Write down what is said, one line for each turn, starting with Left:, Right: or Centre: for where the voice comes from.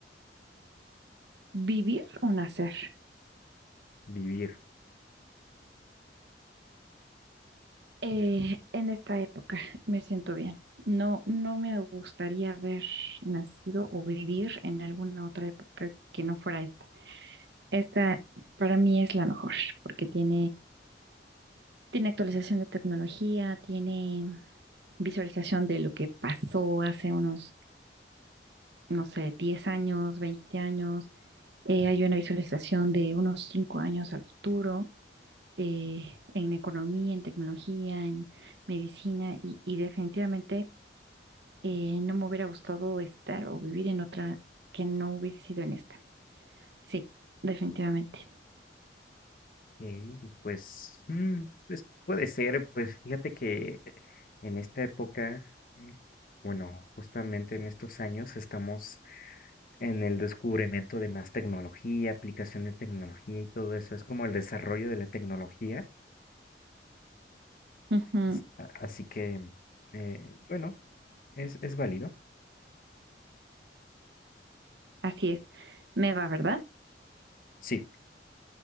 Right: ¿vivir o nacer?
Left: Vivir.
Right: Eh, en esta época me siento bien. No, no me gustaría haber nacido o vivir en alguna otra época que no fuera esta. Esta para mí es la mejor porque tiene, tiene actualización de tecnología, tiene visualización de lo que pasó hace unos, no sé, 10 años, 20 años. Eh, hay una visualización de unos 5 años al futuro eh, en economía, en tecnología, en medicina y, y definitivamente Eh, no me hubiera gustado estar o vivir en otra que no hubiese sido en esta. Sí, definitivamente.
Left: Mm, Pues, mm, pues puede ser, pues fíjate que en esta época, mm, bueno, justamente en estos años estamos en el descubrimiento de más tecnología, aplicación de tecnología y todo eso, es como el desarrollo de la tecnología,
Right: Ujú,
Left: es- a- así que, eh, bueno, es, es válido.
Right: Así es. Me va, ¿verdad?
Left: Sí,